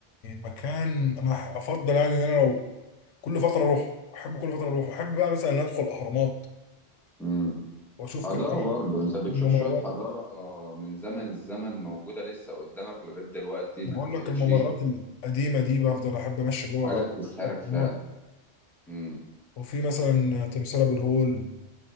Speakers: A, on the left; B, in the centre.
A: مكان انا افضل يعني ان انا لو كل فتره اروح احب كل فتره اروح احب بقى مثلا ان ادخل اهرامات
B: مم.
A: واشوف
B: حضارة
A: كده الأهرام-
B: برضه أنت بتشوف
A: الممرات
B: شوية حضارة من زمن الزمن موجودة لسه قدامك لغاية دلوقتي
A: أنا
B: ما
A: بقول
B: انتهتش
A: لك الممرات القديمه دي بفضل احب امشي جوه
B: حاجة بتسحرك
A: الاهرامات
B: فعلا مم.
A: وفي مثلا تمثال ابو الهول